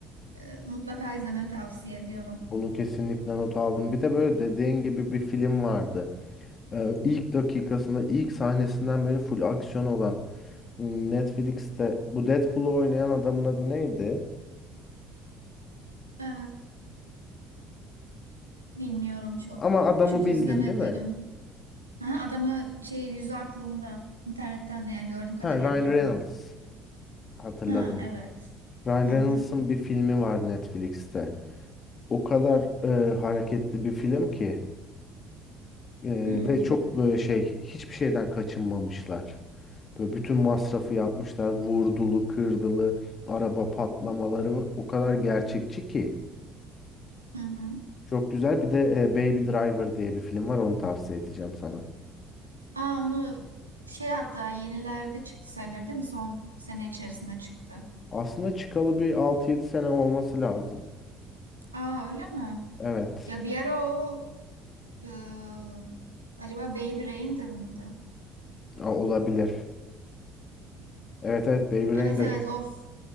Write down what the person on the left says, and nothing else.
Bunu kesinlikle not aldım. Bir de böyle dediğin gibi bir film vardı. e, ilk dakikasında, ilk sahnesinden beri full aksiyon olan m, Netflix'te bu Deadpool'u oynayan adamın adı neydi?
Ama adamı
bildin
değil mi?
Ha, Ryan
Reynolds hatırladım.
Ryan
Reynolds'ın
bir filmi var Netflix'te. O kadar e, hareketli bir film ki e,
ve çok böyle şey hiçbir şeyden kaçınmamışlar. Böyle bütün masrafı yapmışlar. Vurdulu, kırdılı, araba patlamaları o kadar gerçekçi ki.
Çok güzel. Bir de e, Baby Driver diye bir film var. Onu tavsiye edeceğim sana.
Aslında çıkalı bir altı yedi sene olması lazım.
Evet.
A- olabilir. Evet evet Baby Driver.